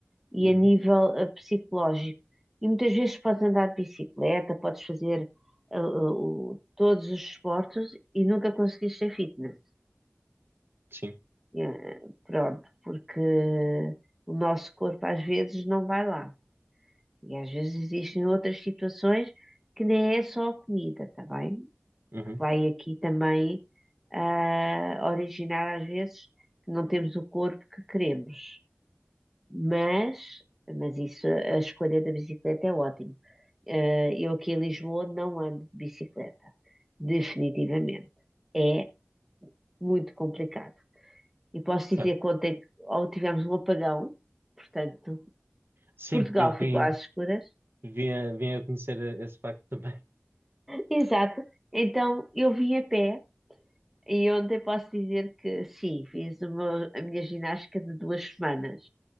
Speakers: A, in the centre; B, on the right.
A: e
B: Uhum,
A: a nível ah, psicológico. E muitas vezes podes andar de bicicleta, podes fazer ah, ah, o- todos os esportes e nunca conseguires ser fitness.
B: Sim,
A: Eh, Pronto, porque o nosso corpo às vezes não vai lá. E às vezes existem outras situações que nem é só a comida, está bem? Que
B: uhum,
A: vai aqui também ah, originar às vezes que não temos o corpo que queremos. Mas, mas isso, a escolha da bicicleta é ótimo Eh, eu aqui em Lisboa não ando de bicicleta, definitivamente. É muito complicado. E posso
B: certo.
A: dizer que ontem ou tivemos um apagão, portanto,
B: Sim,
A: Portugal
B: eu vim,
A: ficou às escuras.
B: vim, a, vim a conhecer esse facto também. <laughs>
A: Exato. Então eu vim a pé e ontem posso dizer que sim, fiz uma- a minha ginástica de duas semanas,